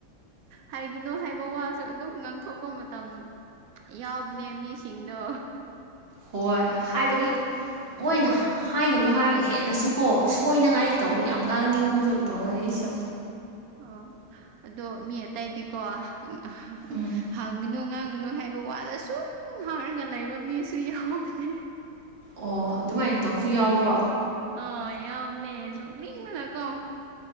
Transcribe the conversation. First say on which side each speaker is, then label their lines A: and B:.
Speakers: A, on the right; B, on the right.
A: ꯍꯥꯏꯒꯅꯣ ꯍꯥꯏꯕ ꯋꯥ ꯁꯨ ꯑꯗꯨꯝ ꯉꯥꯡꯊꯣꯛꯄ ꯃꯇꯝ ꯌꯥꯎꯕꯅꯦ ꯃꯤꯁꯤꯡꯗꯣ
B: ꯍꯣꯏ ꯍꯥꯏꯕꯗꯤ ꯃꯣꯏꯅ ꯍꯥꯏꯒꯅꯨ ꯍꯥꯏꯔꯒ ꯍꯦꯟꯅꯁꯨ ꯀꯣ ꯀꯣꯏꯅꯉꯥꯏ
A: ꯎꯝ
B: ꯇꯧꯋꯦ ꯌꯥꯝ ꯉꯥꯡꯅꯤꯡꯕꯗꯣ ꯇꯧꯋꯦ ꯑꯩꯁꯨ
A: ꯑꯣ ꯑꯗꯣ ꯃꯤ ꯑꯇꯩꯗꯤꯀꯣ <unintelligible>
B: ꯎꯝ
A: ꯉꯥꯡꯒꯅꯨ ꯉꯥꯡꯉꯅꯨ ꯍꯥꯏꯕ ꯋꯥꯗ ꯁꯨꯝ ꯉꯥꯡꯉꯒ ꯂꯩꯕ ꯃꯤꯁꯨ ꯌꯥꯎꯕꯅꯦ
B: ꯑꯣ ꯑꯗꯨꯃꯥꯏꯅ ꯇꯧꯁꯨ ꯌꯥꯎꯕ꯭ꯔꯣ
A: ꯑꯥ ꯌꯥꯎꯕꯅꯦ ꯅꯣꯛ ꯅꯤꯡꯕꯅꯀꯣ